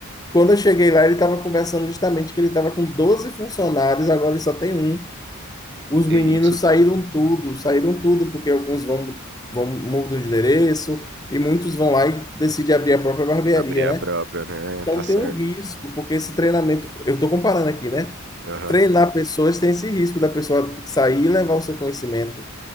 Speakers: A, on the left (about 15°); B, on the right (about 55°).
A: quando eu cheguei lá, ele estava conversando justamente que ele estava com 12 funcionários, agora ele só tem um. Os
B: Que
A: meninos
B: isso?
A: saíram tudo, saíram tudo, porque alguns vão, vão mudam de endereço e muitos vão lá e decidem abrir a própria barbearia,
B: Abrir a
A: né?
B: própria, né?
A: Então
B: Tá certo.
A: tem um risco, porque esse treinamento, eu estou comparando aqui, né?
B: Aham,
A: Treinar pessoas tem esse risco da pessoa sair e levar o seu conhecimento.